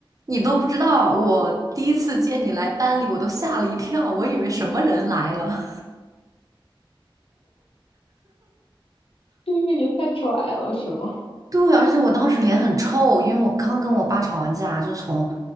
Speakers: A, on the right (about 40°); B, on the left (about 85°).
A: 你都不知道，我第一次接你来班里，我都吓了一跳，我以为什么人来了。
B: 因为你太拽了，是吗？
A: 对，而且我当时脸很臭，因为我刚跟我爸吵完架，就从，